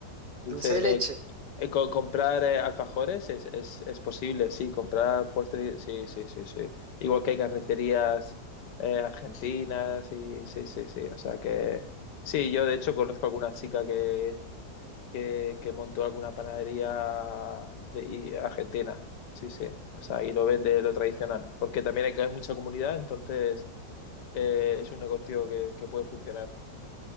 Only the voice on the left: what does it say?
dulce,
eh, eh, co- comprar eh, alfajores es, es, es posible, sí, comprar postres, sí, sí, sí, sí. Igual que hay carnicerías eh, argentinas, y, sí, sí, sí, o sea que sí, yo de hecho conozco alguna chica que, que, que montó alguna panadería de, y- argentina, sí, sí, o sea, y lo vende lo tradicional, porque también hay, hay mucha comunidad, entonces eh, es un negocio que, que puede funcionar.